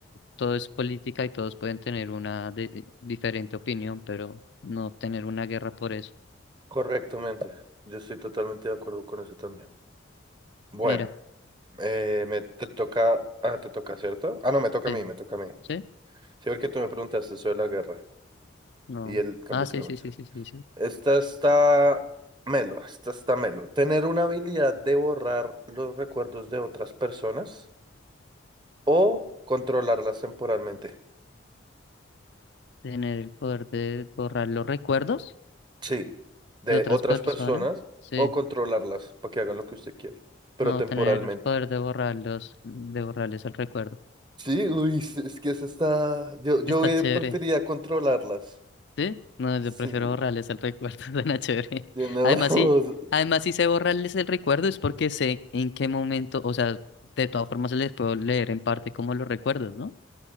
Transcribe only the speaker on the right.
Correctamente. Yo estoy totalmente de acuerdo con eso también. Bueno,
eh, me te toca, ah, te toca, ¿cierto? Ah, no, me toca
a mí, me toca a mí.
Sí, porque tú me preguntaste sobre la guerra
y el cambio
climático.
Esta está melo, esta está melo. Tener una habilidad de borrar los recuerdos de otras personas o controlarlas temporalmente.
Sí, de
otras
personas
o controlarlas para que hagan lo que usted quiera, pero
temporalmente.
Sí, uy, es es que eso está. Yo, yo
hubiera-
preferiría controlarlas.
Sí,
de no.
<laughs>